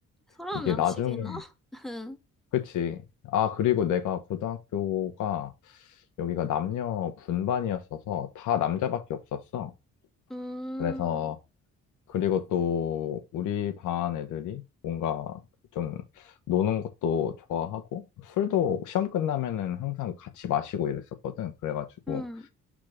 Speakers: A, in the centre; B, on the left.
A: 서른
B: 이게
A: 명씩이나?
B: 나중에,
A: <laughs> 응,
B: 그치. 아, 그리고 내가 고등학교가 여기가 남녀 분반이었어서 다 남자밖에 없었어.
A: 음,
B: 그래서 그리고 또 우리 반 애들이 뭔가 좀 노는 것도 좋아하고 술도 시험 끝나면은 항상 같이 마시고 이랬었거든. 그래가지고
A: 응,